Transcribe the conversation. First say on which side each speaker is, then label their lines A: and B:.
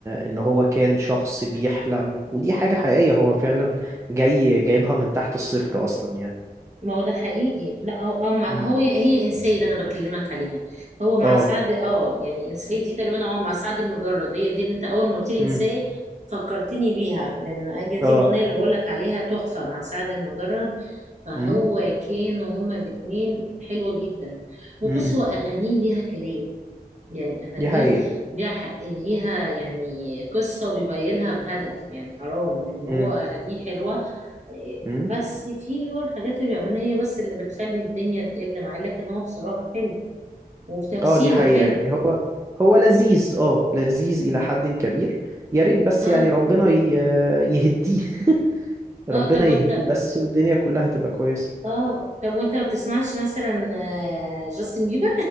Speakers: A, on the right; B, on the right.
A: ان هو كان شخص بيحلم ودي حاجة حقيقية هو فعلا جاي جايبها من تحت الصفر اصلا يعني
B: ما هو ده حقيقي لا هو هو مع-
A: مم.
B: هو هي انسيه اللي انا بكلمك عليها هو مع
A: اه
B: سعد اه يعني انسيه دي تقريبا هو مع سعد المجرد هي دي اللي انت اول ما قلت لي
A: مم.
B: انسيه فكرتني بيها لان هي دي
A: اه
B: الاغنيه اللي بقول لك عليها تحفه مع سعد المجرد فهو
A: مم.
B: كانوا هما الاثنين حلوه جدا وبص
A: مم.
B: هو اغانيه ليها كلام يعني أغانيه
A: دي حقيقة
B: ليها حق ليها يعني قصة وبيبين لها بهدف يعني حرام يعني
A: مم.
B: هو أغانيه حلوة إيه،
A: مم.
B: بس في اللي هو الحاجات اللي بيعملها هي بس اللي بتخلي الدنيا تقل معاه لكن هو بصراحة حلو وتمثيله
A: اه دي حقيقة
B: حلو
A: يعني هو هو لذيذ اه لذيذ إلى حد كبير يا ريت بس
B: اه
A: يعني ربنا ي- يهديه <laughs> ربنا
B: اه طب
A: يهديه
B: وانت
A: بس والدنيا كلها تبقى كويسة
B: اه طب وانت ما بتسمعش مثلا آه، جاستن بيبر